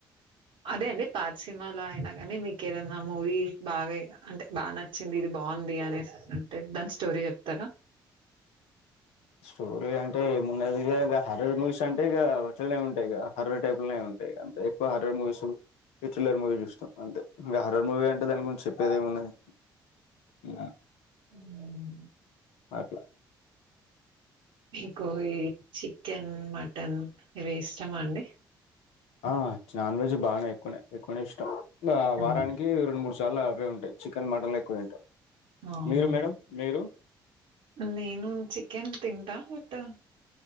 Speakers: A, on the right; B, on the left.
A: అదే అండి పాత్ సినిమాలో అయినా గానీ మీకెదన్నా మూవీ బాగా అయి అంటే బాగా న చ్చింది ఇది బాగుంది అనెస్ అంటే దన్ స్టోరీ చెప్తారా
B: స్టోరీ అంటే ఏమున్నదిగా ఈగ హర్రర్ మూవీస్ అంటే ఇగా అట్లనే ఉంటాయి గదా హర్రర్ టైపుల్నే ఉంటాయి గంతే ఎక్కువ హార్రర్ మూవీసు థ్రిల్లర్ మూవీ చూస్తాం అంతే ఇగ ఈ హారర్ మూవీ అంటే దాని గురించి చెప్పేది ఏమున్నది ఉమ్
A: ఉమ్
B: అట్లా
A: మీకు ఈ చికెన్ మటన్ ఇవి ఇష్టమా అండి
B: ఆ నాన్ వెజ్ బాగానే ఎక్కువనే ఎక్కువనే గా
A: హ్మ్.
B: వారానికి రెండు మూడు సార్ల అవే ఉంటాయి చికెన్ మటన్లే ఎక్కువే తింటాం
A: అవునా
B: మీరు మేడం మీరు
A: నేను చికెన్ తింటా బట్